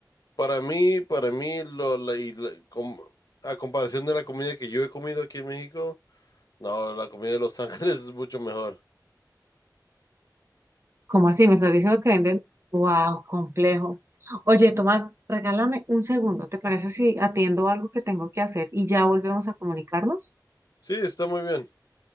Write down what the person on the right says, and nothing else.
¿Cómo así? ¿Me estás diciendo que venden? Wow, complejo. Oye, Tomás, regálame un segundo, ¿te parece si atiendo algo que tengo que hacer y ya volvemos a comunicarnos?